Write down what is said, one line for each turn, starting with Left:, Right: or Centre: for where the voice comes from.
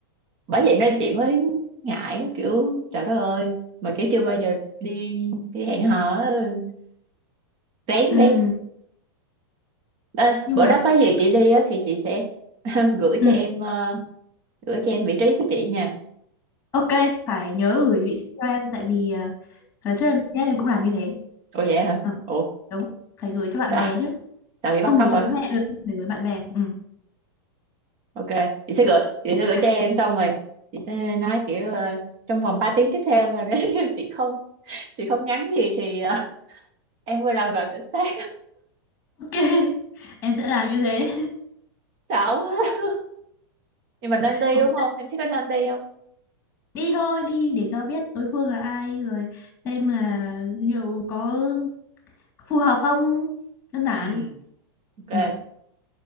Right: bởi vậy nên chị mới ngại kiểu trời đất ơi mà kiểu chưa bao giờ đi đi hẹn hò á. rén
Left: ừ,
Right: đi à,
Left: nhưng
Right: bữa
Left: mà
Right: đó có gì chị đi á thì chị sẽ <laughs> gửi
Left: ừ.
Right: cho em ờ, gửi cho em vị trí của chị nha
Left: Ok, phải nhớ gửi vị trí cho em tại vì uh, là trước em em cũng làm như thế.
Right: Ủa vậy hả?
Left: Ờ,
Right: Ủa,
Left: đúng, phải gửi cho bạn
Right: sao?
Left: bè chứ,
Right: Sao bị
Left: không
Right: bắt cóc
Left: gửi cho
Right: hả?
Left: bố mẹ được, phải gửi bạn bè. Ừ.
Right: Ok, chị sẽ gửi, chị sẽ gửi
Left: Dạ.
Right: cho em xong rồi chị sẽ nói kiểu ờ, trong vòng 3 tiếng tiếp theo mà nếu như chị không chị không nhắn gì thì ờ, em vừa làm gọi cảnh sát
Left: Ok, <laughs> em sẽ làm như thế.
Right: <laughs> xạo quá. Nhưng mà nên
Left: <laughs>
Right: đi
Left: Không
Right: đúng không? Em thấy có nên đi không?
Left: đi thôi, đi để cho biết đối phương là ai rồi xem là liệu có phù hợp không, đơn giản.
Right: Ừ, ok,
Left: Ừ,